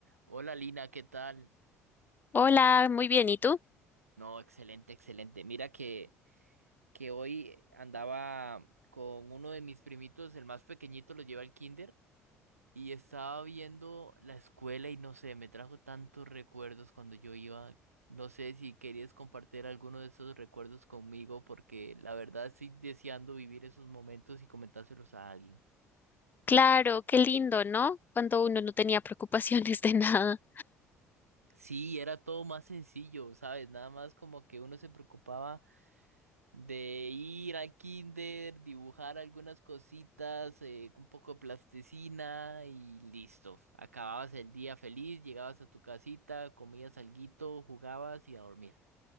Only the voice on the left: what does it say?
Hola, muy bien, ¿y tú?
Claro, qué lindo, ¿no? Cuando uno no tenía preocupaciones de nada